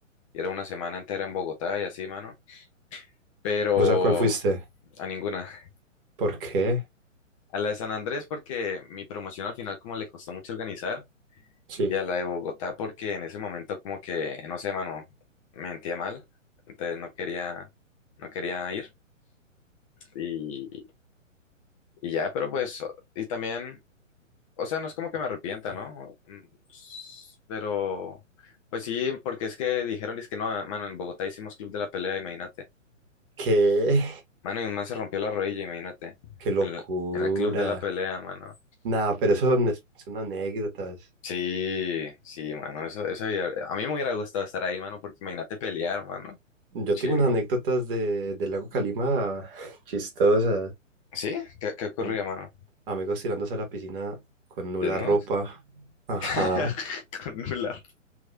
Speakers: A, on the left (about 25°); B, on the right (about 45°).
A: y era una semana entera en Bogotá y así, mano. Pero
B: ¿Vos a cuál fuiste?
A: a ninguna. <laughs>
B: ¿Por qué?
A: A la de San Andrés porque mi promoción al final como le costó mucho organizar,
B: Sí.
A: y a la de Bogotá porque en ese momento como que, no sé, mano, mentía mal, entonces no quería, no quería ir. Y, Y ya, pero pues, o- y también, o sea, no es como que me arrepienta, ¿no? Mm, s- Pero, pues sí, porque es que dijeron, es que no, ah, mano, en Bogotá hicimos club de la pelea, imagínate.
B: ¿Qué?
A: Mano, y un man se rompió la rodilla, imagínate.
B: <laughs> ¡Qué locura!
A: En, el en el club de la pelea, mano.
B: Nada, pero eso son, es- son anécdotas.
A: Sí, sí, mano, eso, eso, ya- a mí me hubiera gustado estar ahí, mano, porque imagínate pelear, mano.
B: Yo
A: Chimba.
B: tengo unas anécdotas de, del lago Calima <laughs> chistosas.
A: ¿Sí? ¿Qué, qué ocurría,
B: Am-
A: mano?
B: amigos tirándose a la piscina con nula
A: ¿Desnudos?
B: ropa. Ajá.
A: <laughs> Con nular.